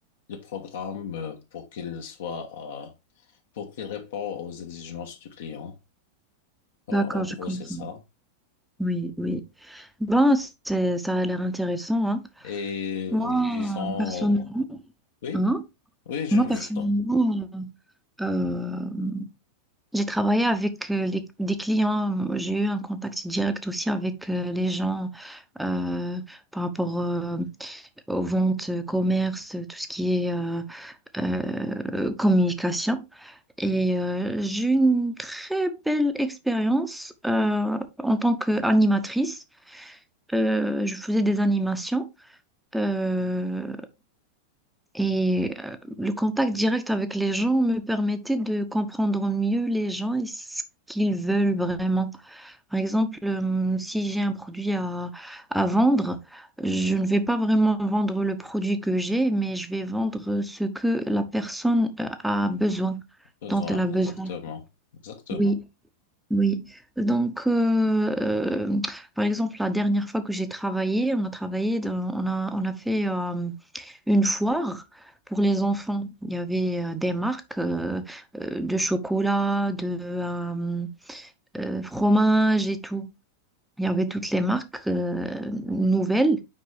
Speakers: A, on the left; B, in the centre.
A: le programme euh, pour qu'il soit, euh, pour qu'il réponde aux exigences du client. En,
B: D'accord,
A: en
B: je
A: gros,
B: comprends.
A: c'est ça.
B: Oui, oui. Bon, c'est, ça a l'air intéressant, hein.
A: Et
B: Moi,
A: euh, disons,
B: personnellement,
A: oui,
B: hein?
A: oui, je,
B: Moi, personnellement,
A: je t'en
B: euh, J'ai travaillé avec euh, les- des clients, j'ai eu un contact direct aussi avec euh, les gens euh, par rapport euh, aux ventes, euh, commerce, tout ce qui est euh, euh, communication. Et euh, j'ai eu une très belle expérience euh, en tant qu'animatrice. Euh, je faisais des animations euh, et euh, le contact direct avec les gens me permettait de comprendre mieux les gens et ce qu'ils veulent vraiment. Par exemple, euh, si j'ai un produit à, à vendre, je ne vais pas vraiment vendre le produit que j'ai, mais je vais vendre ce que la personne euh, a besoin,
A: ai besoin,
B: dont elle a besoin.
A: exactement, exactement.
B: Oui, oui. Donc, euh, euh, par exemple, la dernière fois que j'ai travaillé, on a travaillé, dans- on a, on a fait euh, une foire pour les enfants. Il y avait euh, des marques euh, euh, de chocolat, de euh, euh, fromage et tout. Il y avait toutes les marques euh, nouvelles